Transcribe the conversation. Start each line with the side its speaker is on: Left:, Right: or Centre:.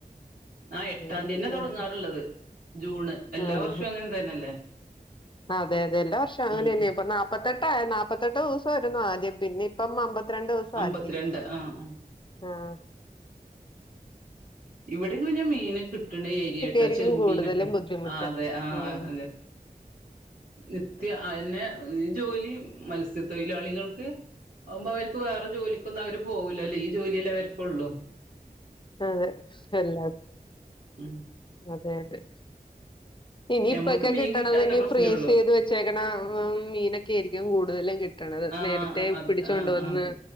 Right: ആഹ് എട്ടാം
Left: ഉം
Right: തീയന്നെ തുടങ്ങാറുള്ളത് ജൂണ് എല്ലാ
Left: ഉം
Right: വർഷവും അങ്ങനെ തന്നെല്ലേ
Left: അതെ അതെ എല്ലാവർഷം അങ്ങനെയെന്നെ
Right: ഉം ഉം
Left: ഇപ്പ നാപ്പത്തെട്ട് നാപ്പത്തെട്ട് ദിവസായിരുന്നു ആദ്യം പിന്നെപ്പം അമ്പത് രണ്ട് ദിവസാക്കി
Right: അമ്പത്തിരണ്ട് ആ ആ
Left: ആഹ്
Right: ഇവിടെക്കെ പിഞ്ഞെ മീൻ കിട്ട്ണ ഏര്യാട്ടോ
Left: ആയിരിക്കും
Right: ചെമ്മീനൊക്കെ
Left: കൂടുതലും ബുദ്ധിമുട്ട്
Right: ആഹ് അതെ ആഹ്
Left: ഉം
Right: അതെ നിത്യം അയെന്നെ ഈ ജോലി മത്സ്യത്തൊ ഴിലാളികൾക്ക് ആകുമ്പ അവര്ക്ക് വേറെ ജോലിക്കൊന്നും അവര് പോകൂലല്ലേ ഈ ജോലിയല്ലേ അവര്ക്കുള്ളു
Left: അതെ എല്ലാത്തിനും
Right: ഉം
Left: അതെ അതെ ഇനി
Right: ഞമ്മക്ക്
Left: ഇപ്പൊക്കെ
Right: മീൻ
Left: കിട്ടണ
Right: കിട്ടാത്ത
Left: തിനിപ്പോ
Right: പ്രശ്നള്ളു
Left: ഫ്രീസ് ചെയ്ത് വെച്ചേക്കണ മീനൊക്കെയായിരിക്കും കൂടുതലും കി കിട്ടണത്
Right: ആഹ്
Left: നേരത്തെ
Right: അതെ
Left: പിടിച്ചൊണ്ട്
Right: ആഹ്
Left: വന്ന്
Right: ആഹ് അതെ